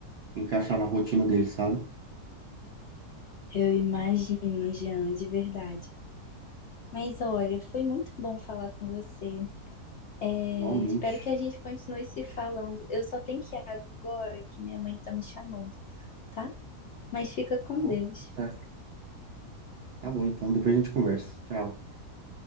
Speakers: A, on the right (about 70°); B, on the left (about 60°).
A: em encaixar na rotina dele, sabe?
B: Eu imagino, Jean, de verdade. Mas olha, foi muito bom falar com você. É,
A: Igualmente.
B: espero que a gente continue se falando. Eu só tenho que ir agora, que minha mãe tá me chamando, tá? Mas fica com
A: Tá bom,
B: Deus.
A: tudo certo. Tá bom, então, depois a gente conversa. Tchau.